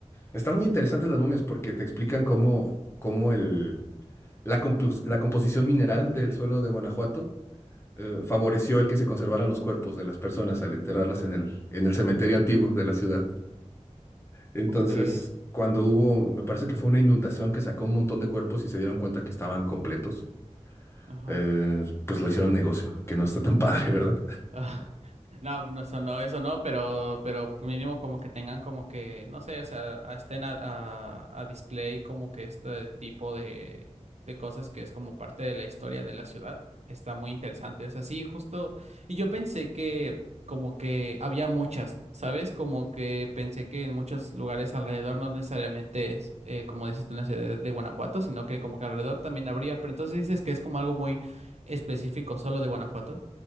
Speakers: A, on the left; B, on the right.
A: Están muy interesantes las momias porque te explican cómo, cómo el, la, compos- la composición mineral del suelo de Guanajuato eh, favoreció el que se conservaran los cuerpos de las personas al enterrarlas en el, en el cementerio antiguo de la ciudad. Entonces,
B: Ok.
A: cuando hubo,
B: Ah,
A: me parece que fue una inundación que sacó un montón de cuerpos y se dieron cuenta que estaban completos,
B: Ajá.
A: eh, pues lo hicieron negocio, que no está tan <laughs> padre, ¿verdad?
B: Ah, <laughs> No, no, eso no, eso no, pero, pero mínimo como que tengan como que, no sé, o sea, a- estén a, a, a display como que este tipo de, de cosas que es como parte de la historia de la ciudad. Está muy interesante. O sea, sí, justo. Y yo pensé que como que había muchas, ¿sabes? Como que pensé que en muchos lugares alrededor no necesariamente es, eh, como dices tú, en la ciudad de, de Guanajuato, sino que como que alrededor también habría. Pero entonces dices que es como algo muy específico solo de Guanajuato.